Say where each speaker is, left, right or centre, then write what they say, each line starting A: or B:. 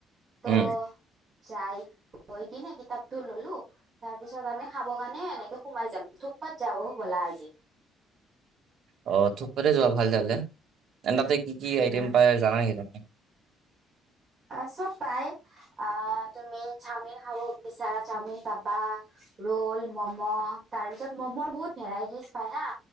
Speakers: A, on the right; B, on the right.
A: ত'
B: উম
A: যাই গৈ কিনে কিতাপতো ললো তাৰ পিছত আমি খাব কাৰণে এনেকে সোমাই যাম। থুকপাত যাও ব'লা আজি।
B: অ থুকপকতে যোৱা ভাল তেতিয়া হ'লে। তাতে কি কি
A: উম
B: আইটেম পায় জানা নেকি তুমি?
A: আহ চব পায় আহ তুমি চাওমিন খাব বিচাৰা চাওমিন পাবা, ৰ'ল, মম' তাৰ পিছত ম'ম বহুত ভেৰাইটিজ পায় হা।